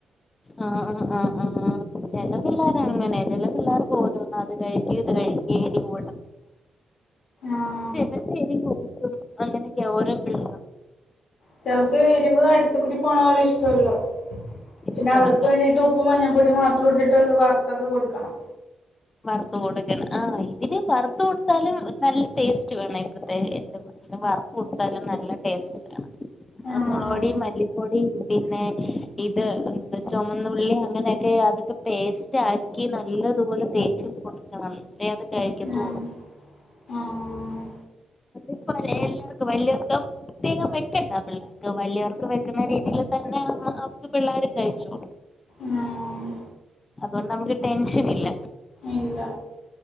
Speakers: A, on the left; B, on the left.
A: ആഹ ആഹ ആഹ് ആഹ ആ ചെല പിള്ളേർ അങ്ങനെ ചെല പിള്ളേർ പോരോന്ന അത് കഴിക്ക ഇത് കഴിക്ക ഏരിവ് കൂടെ
B: ആഹ
A: <unintelligible> അങ്ങനെയൊക്കെ ഓരോ പിള്ള
B: ട്ട്യൾക്ക് ഇരുവ് അടുത്ക്കുടി പോകുന്നത് ഇഷ്ടല്ല
A: ഇഷ്ടമല്ല
B: പിന്നെ അവർക്ക് വേണ്ടിട്ട് ഉപ്പ് മഞ്ഞപ്പൊടി മാത്രം ഇട്ടിട്ട് വറുത്തൊക്കെ കൊടുക്കണം
A: വറുത് കൊടുക്കണം ആഹ് ഇതിന് വറുത്തു കൊടുത്താലും നല്ല ടേസ്റ്റ് വേണം ഇ പ്രത്യേക <unintelligible> ത് വറുത്തു കൊടുത്താലും നല്ല ടേസ്റ്റ്ന്നേണ്
B: ആഹ്
A: അത് മുള പൊടി മല്ലിപ്പൊടി പിന്നെ ഇത് ചുവന്നുള്ളി അങ്ങനെയൊക്കെ അതൊക്കെ ട്ടേസ്റ്റാ കി നല്ലതുപോലെ തേച്ചിൽ കൊടുക്കണം അല്ലെ അത് കഴിക്കത്തൂ
B: ആഹ് ആഹ്
A: ഇപ്പ <unintelligible> പ്രത്യേകം വെക്കണ്ടാ പിള്ളേർക്ക് വലിയവർക്ക് വെക്കുന്ന രീതിയിൽ തന്നെ ആ അവക്ക് പിള്ളേരും കഴിച്ചോ
B: ആഹ്
A: അതുകൊണ്ട് നമുക്ക് ടെൻഷൻ ഇല്ല
B: ഇല്ല